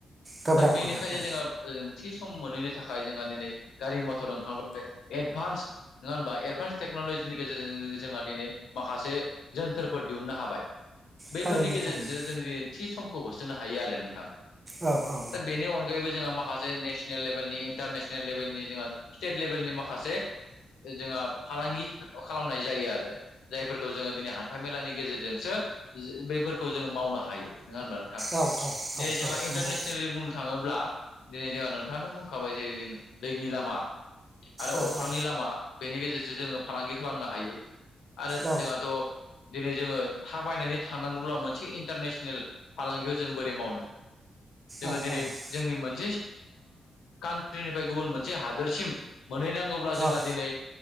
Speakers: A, on the right; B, on the left.
A: गोब्राब
B: दा बेनिखायनो
A: गोब्राब औ
B: जोंहाओ थि सम मोनैनि थाखाय जोंहा दिनै गारि मथर ओंखारबाय एडभान्स नङा होनबा एडभान्स टेक्न'लजिनि गेजेरजों जोंहा दिनै माखासे जोनथोरफोर दिहुननो हाबाय बैफोरनि
A: थारैनो
B: गेजेरजों
A: थारैनो
B: जों दिनै थि समखौ होसोनो हायो आरो नोंथां
A: औ औ
B: दा बेनि अनगायैबो जोंहा माखासे नेसनेल लेभेलनि इन्टारनेसनेल लेभेलनि जोंहा स्टेट लेभेलनि माखासे जोंहा फालांगि खालामनाय जायो आरो जायफोरखौ जोङो दिनै हान्था मेलानि गेजेरजोंसो बेैफोरखौ जोङो मावनो हायो नङा होनबा नोंथां
A: औ
B: दिनै
A: औ
B: जोंहा
A: औ
B: इन्टारनेसनेललि
A: नंगौ
B: बुं थाङोब्ला दिनै जोंहा नोंथांनो बुंखाबाय जे जों दैनि लामा आरो
A: औ
B: अख्रांनि
A: औ
B: लामा बेनि गेजेरजों जोङो फालांगि खालामनो हायो आरो
A: औ
B: जोंहाथ' दिनै जोङो थाबायनानै थांनांगौब्ला मोनसे इन्टारनेसनेल फालांगिखौ जों बोरै मावनो जोङो
A: औ
B: दिनै जोंनि मोनसे कान्ट्रिनि गुबुन मोनसे हादोरसिम मोनहैनांगौब्ला जोंहा
A: औ
B: दिनै